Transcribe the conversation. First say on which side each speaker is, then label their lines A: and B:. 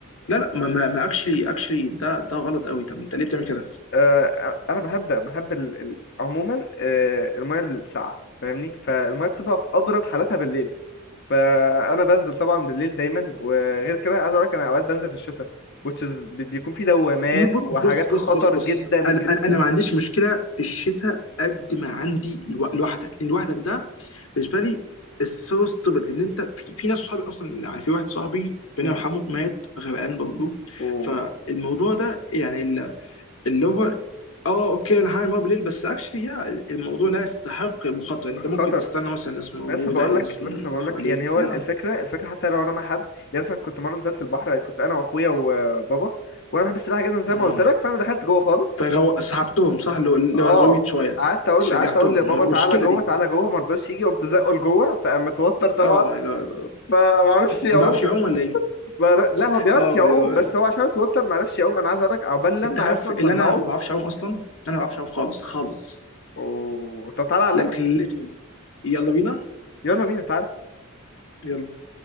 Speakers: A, on the left (about 80°); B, on the left (about 55°).
A: لا لا ما ما ما اكشلي اكشلي ده ده غلط قوي طب انت ليه بتعمل كده؟
B: آه، انا بحب بحب ال... ال- عموما آه، الميه الساقعه فاهمني فالميه بتبقى في ابرد حالاتها بالليل فانا بنزل طبعا بالليل دايما وغير كده عايز اقول لك انا اوقات بنزل في الشتاء which is بي- بيكون في دوامات
A: ب-
B: وحاجات
A: بص
B: خطر
A: بص بص بص
B: جدا
A: انا
B: جدا
A: انا انا ما عنديش مشكله في الشتاء قد ما عندي الو- لوحدك لان لوحدك ده بالنسبه لي السو ستوبد لان انت في, في ناس صحابي اصلا يعني في واحد صاحبي ربنا
B: مم.
A: يرحمه مات غرقان برضه
B: وهو
A: فالموضوع ده يعني اللي هو اه اوكي انا هعمل مرة بالليل بس اكشلي يا الموضوع لا يستحق المخاطره يعني انت ممكن
B: خطر
A: تستنى مثلا الناس موجوده
B: لسه بقول
A: الناس
B: لك لسه
A: من
B: بقول
A: حواليك
B: لك يعني هو
A: يا
B: الفكره الفكره حتى لو انا مع حد يعني مثلا كنت مره نزلت البحر كنت انا واخويا وبابا وانا بحب السباحه جدا زي
A: مم.
B: ما قلت لك فانا دخلت جوه خالص
A: فغو... سحبتهم صح لو لو
B: اه
A: الغويت شويه
B: قعدت اقول
A: شجعتهم
B: قعدت اقول لبابا
A: المشكله
B: تعالى جوه
A: دي
B: تعالى جوه ما رضاش يجي قمت زقه لجوه فقام متوتر طبعا
A: اه ماي جاد
B: فما عرفش يعوم
A: ما بعرفش اعوم ولا ايه
B: ما- لا هو بيعرف
A: اه
B: يعوم
A: ماي جاد
B: بس هو عشان اتوتر ما عرفش يعوم انا عايز اقول لك عقبال لما
A: انت عارف
B: عرفنا
A: اللي
B: نطلعه
A: انا ما بعرفش اعوم اصلا انا ما بعرفش اعوم خالص خالص
B: و... طب تعالى اعلمك
A: لكن literally. يلا بينا
B: يلا بينا تعالى
A: يلا